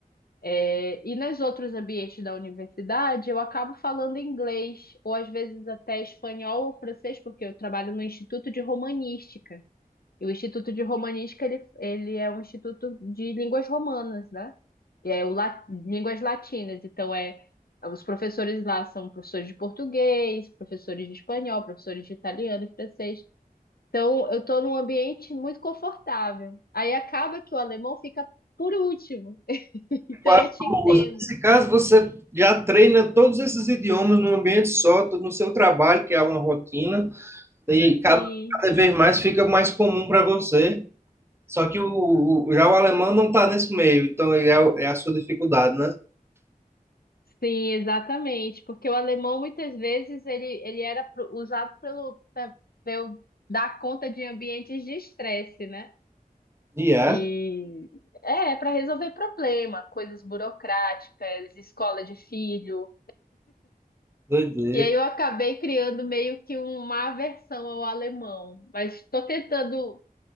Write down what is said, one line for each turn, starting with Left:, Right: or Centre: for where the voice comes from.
Left: É, e nos outros ambientes da universidade, eu acabo falando inglês, ou às vezes até espanhol ou francês, porque eu trabalho no Instituto de Romanística. E o Instituto de Romanística, ele, ele é um instituto de línguas romanas, né? E É o la- línguas latinas. Então, é, os professores lá são professores de português, professores de espanhol, professores de italiano e francês. Então, eu estou num ambiente muito confortável. Aí acaba que o alemão fica por último. <laughs> Então,
Right: Quatro
Left: eu te entendo.
Right: línguas. Nesse caso, você já treina todos esses idiomas num ambiente só, no seu trabalho, que é uma rotina, e cada,
Left: Sim,
Right: cada vez mais fica mais comum para você. Só que o, o- já o alemão não está nesse meio, então ele é, o- é a sua dificuldade, né?
Left: sim, exatamente, porque o alemão muitas vezes ele, ele era pro- usado pelo para eu dar conta de ambientes de estresse, né?
Right: E é,
Left: E é para resolver problema, coisas burocráticas, escola de filho.
Right: doideira.
Left: E aí eu acabei criando meio que uma aversão ao alemão, mas estou tentando,